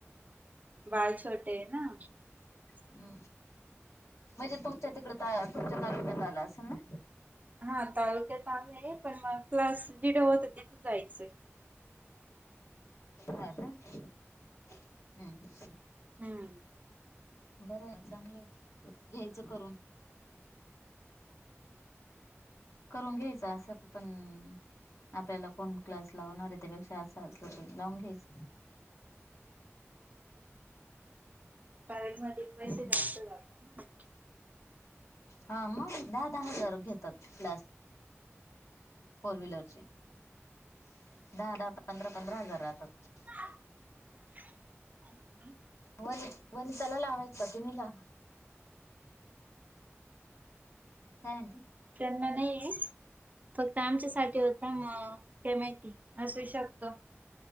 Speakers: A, on the right (about 35°); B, on the left (about 75°).
A: बाळ छोटे हेना.
B: हम्म म्हणजे तुमच्या तिकड त, तुमच्या तालुक्यात आला असेल ना?
A: हा तालुक्यात आहे पण मग प्लस जिथं होतं तिथं जायचंय.
B: हा का? हम्म
A: हम्म
B: बर चांगलं आहे घ्यायचं करून. करून घ्यायच असं पण. आपल्याला कोण क्लास लावणार आहे त्यापेक्षा आस असल त लावून घ्यायच.
A: पारट मार्ट. पैसे
B: हम्म
A: जास्त जातात ना.
B: हा मग दहा दहा हजार घेतात क्लास. फोर व्हीलचे दहा दहा पंधरा पंधरा हजार राहतात.
A: <inaudible>
B: वनी वनिताला लावायचा तुम्ही ला. काय म्हणती?
A: त्यांना नाहीये. फक्त आमच्यासाठी होता म ना काय? माहिती असू शकतं.